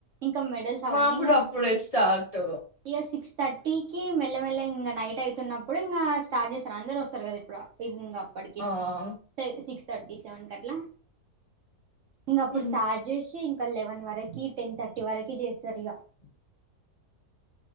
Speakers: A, on the right; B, on the left.
A: ఇంకా మెడల్స్ అవ్వండి
B: మాకు
A: ఇంకా
B: కూడా అప్పుడే స్టార్ట్
A: ఇయర్ సిక్స్ థర్టీకి మెల్లమెల్లగా ఇంకా నైట్ అయితున్నప్పుడు ఇంగా స్టార్ట్ చేస్తారు అందరు వస్తరు కదా ఇప్పుడు గుడికి
B: ఆ అవును.
A: సిక్స్ థర్టీ సెవెన్ కట్లా ఇంగ అప్పుడు
B: హ్మ్.
A: స్టార్ట్ చేసి ఇంకా లెవెన్ వరకి టెన్ థర్టీ వరకి చేస్తరు ఇగ